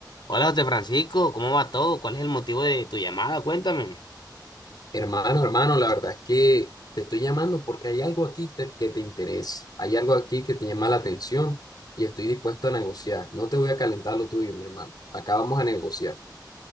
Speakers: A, on the left; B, on the left.
A: Hola José Francisco, ¿cómo va todo? ¿Cuál es el motivo de tu llamada? Cuéntame.
B: Hermano, hermano, la verdad es que te estoy llamando porque hay algo aquí te- que te interesa, hay algo aquí que te llama la atención y estoy dispuesto a negociar. No te voy a calentar lo tuyo, mi hermano. Acá vamos a negociar.